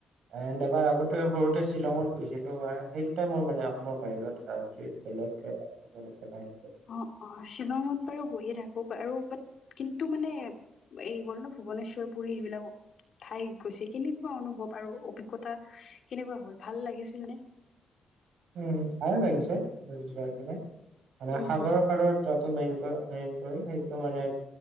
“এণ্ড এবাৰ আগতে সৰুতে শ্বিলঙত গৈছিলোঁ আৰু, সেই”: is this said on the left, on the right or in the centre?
Right